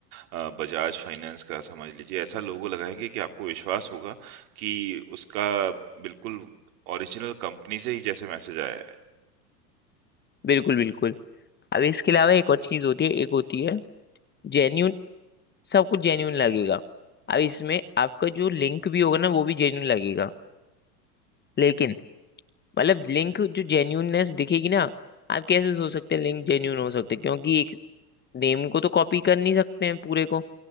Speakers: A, on the right (about 60°); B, on the left (about 20°).
A: अ, बजाज फाइनेंस का समझ लीजिए, ऐसा लोगो लगाएँगे कि आपको विश्वास होगा कि उसका बिल्कुल ओरिजिनल कंपनी से ही जैसे मैसेज आया है।
B: बिल्कुल बिल्कुल अब इसके अलावा एक और चीज होती है एक होती है जेन्यून सब कुछ जेन्यून लगेगा अब इसमें आपका जो लिंक भी होगा ना वो भी जेन्यून लगेगा लेकिन मतलब लिंक जो जेन्यूननेस दिखेगी ना आप कैसे सोच सकते हैं लिंक जेन्यून हो सकते हैं क्योंकि एक नेम को तो कॉपी कर नहीं सकते हैं पूरे को